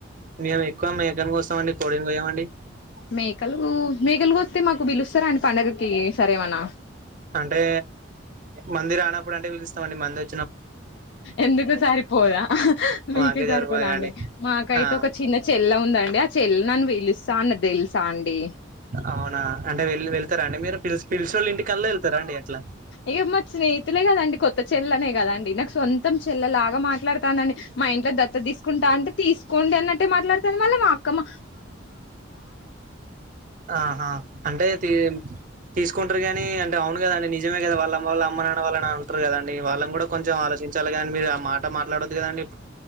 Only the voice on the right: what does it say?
ని ఎక్కువ మ చికన్ కోసమండి కోడి కో వమండి
అంటే మందిర రానప్పుడు అంటే పీలుస్తామండి మందిర్
మాకే
సరిపోదు కదండి
ఆ
అవునా అంటే వెళ్లి వెళ్తారం అడి మీరు పి పిలిషినొల్ల ఇంటికిల్లా వెళ్తారండి ఎట్ల.
ఆహా అంటే తీ తీసుకుంటారు గాని అంటే అవును కదా అండి న ఈమె కధ వల్ల అమ్మ వల్ల అమ్మనాన్నవాళ్ల నాన్న ఉంటారు కదా అండి. కూడా కొంచెం ఆలోచించాలిగాని మీరు ఆ మాట మాట్లాడ దండి